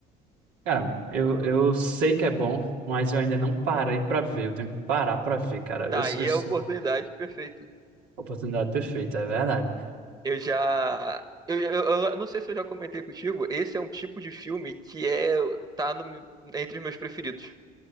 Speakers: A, on the right (about 90°); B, on the right (about 20°).
A: Cara, eu, eu sei que é bom, mas eu ainda não parei pra ver. Eu tenho que parar pra ver, cara.
B: Tá,
A: Eu,
B: aí
A: eu sou
B: é a oportunidade perfeita.
A: oportunidade perfeita, é verdade.
B: Eu já. Eu, eu, eu não sei se eu já comentei contigo. Esse é um tipo de filme que é. tá no, meu- entre os meus preferidos.